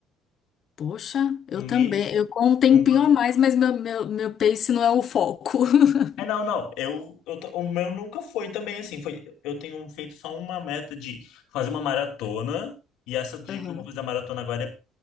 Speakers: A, on the left; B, on the left.
A: Poxa, eu
B: Um
A: também.
B: mês,
A: Eu com um tempinho
B: um ano.
A: a mais, mas meu, meu, meu pace não é o foco. <laughs>
B: É, não, não. Eu, eu, t- o meu nunca foi também assim. Foi, eu tenho feito só uma meta de fazer uma maratona. E essa de
A: Aham.
B: que eu vou fazer a maratona agora